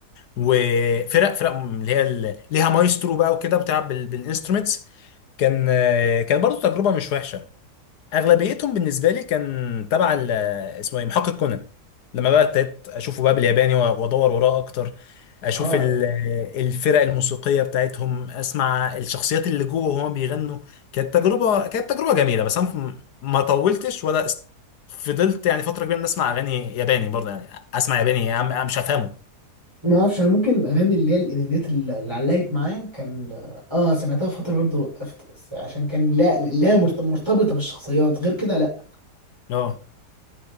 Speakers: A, on the left; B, on the right.
A: وفرق فرق اللي هي ال- ليها مايسترو بقى وكده بتلعب بال- بالانسترومنتس كان آه، كان برضو تجربه مش وحشه اغلبيتهم بالنسبه لي كان تبع ال- اسمه ايه محقق كونان لما بقى ابتديت اشوفه بقى بالياباني و- وادور وراه اكتر اشوف
B: اه
A: ال- الفرق الموسيقيه بتاعتهم اسمع الشخصيات اللي جوه وهما بيغنوا كانت تجربه كانت تجربه جميله بس انا م- ما طولتش ولا است- فضلت يعني فتره كبيره إن اسمع اغاني ياباني برضه يعني اسمع ياباني يا عم أنا مش هفهمه
B: ما اعرفش انا ممكن الاغاني اللي هي الانميات اللي اللي علقت معايا كان اه آه، سمعتها فتره برضه وقفت بس عشان كان لا لا مرت- مرتبطه بالشخصيات غير كده لا
A: اه